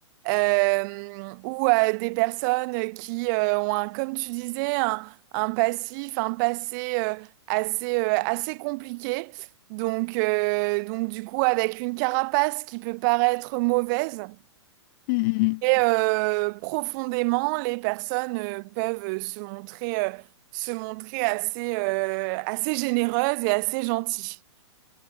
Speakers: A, on the right; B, on the left.
A: euh, ou à des personnes qui euh, ont un, comme tu disais, un, un passif, un passé euh, assez, euh, assez compliqué. Donc, euh, donc du coup, avec une carapace qui peut paraître mauvaise,
B: Mm, mm, mm.
A: et euh, profondément, les personnes euh, peuvent se montrer, euh, se montrer assez, euh, assez généreuses et assez gentilles.